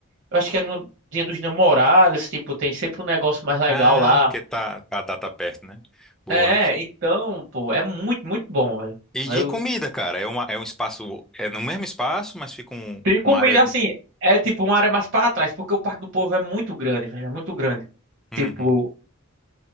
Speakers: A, on the right; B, in the centre.
A: eu acho que é no Dia dos Namorados, tipo, tem sempre um negócio mais legal
B: Ah,
A: lá.
B: porque tá, tá, a data perto, né? Boa.
A: É, é, então, pô, é muito, muito bom, velho.
B: E de
A: Eu
B: comida, cara, é, uma, é um espaço, é no mesmo espaço, mas fica um,
A: tem comida
B: uma área de...
A: assim, é tipo uma área mais pra trás, porque o Parque do Povo é muito grande, velho, é muito grande.
B: Uhum.
A: Tipo,